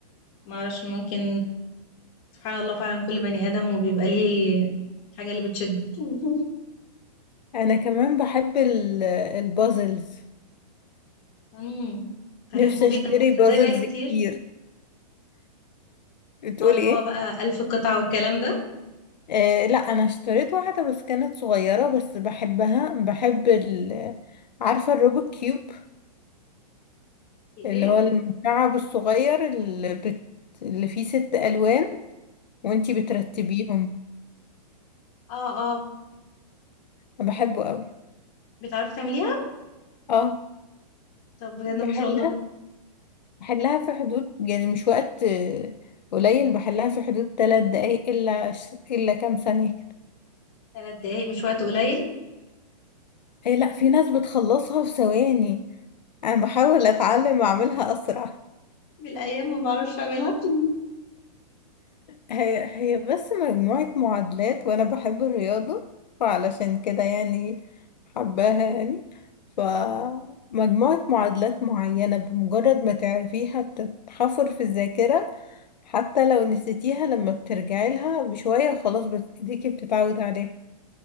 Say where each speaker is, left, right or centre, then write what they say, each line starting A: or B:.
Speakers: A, on the left; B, on the left.
A: معرفش ممكن سبحان الله فعلا كل بني آدم وبيبقى ليه حاجة اللي بتشده <laughs>
B: انا كمان بحب ال- البازلز
A: امم فيحبه
B: نفسي
A: جدا
B: اشتري
A: بس
B: بازلز
A: ده بقالي كتير
B: كتير بتقولي
A: اه اللي
B: ايه
A: هو بقى ألف قطعة والكلام ده
B: آه لا انا اشتريت واحدة بس كانت صغيرة بس بحبها بحب ال عارفة الروبوت كيوب
A: الايه
B: اللي هو المكعب الصغير اللي, بت... اللي فيه ست ألوان وانتي بترتبيهم
A: اه اه
B: أنا بحبه قوي
A: بتعرفي تعمليها
B: اه
A: طب بجد
B: بحلها
A: ما شاء الله
B: بحلها في حدود يعني مش وقت آه، قليل بحلها في حدود ثلاث دقايق إلا ش- إلا كام ثانية كده
A: ثلاث دقايق مش وقت قليل
B: أي لأ في ناس بتخلصها في ثواني أنا بحاول أتعلم
A: بال-
B: أعملها أسرع
A: بالايام ما بعرفش اعملها <laughs>
B: هي هي بس مجموعة معادلات وأنا بحب الرياضة فعلشان كده يعني حباها يعني فمجموعة معادلات معينة بمجرد ما تعرفيها بتتحفر في الذاكرة حتى لو نسيتيها لما بترجعي لها بشوية خلاص بت- ايديكي بتتعود عليها